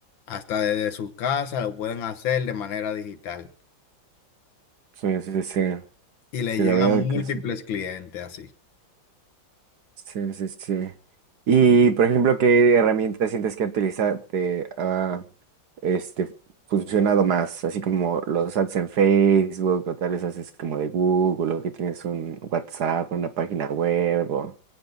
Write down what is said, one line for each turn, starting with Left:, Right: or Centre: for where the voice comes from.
Left: Hasta desde su casa lo pueden hacer de manera digital
Right: Sí, sí, sí.
Left: y le
Right: Sí,
Left: llegan
Right: la verdad
Left: múltiples
Right: que sí.
Left: clientes así.
Right: Sí, sí, sí. Y, por ejemplo, ¿qué herramienta sientes que utiliza te ha este, funcionado más? Así como los ads en Facebook o tal vez haces como de Google o que tienes un WhatsApp, una página web o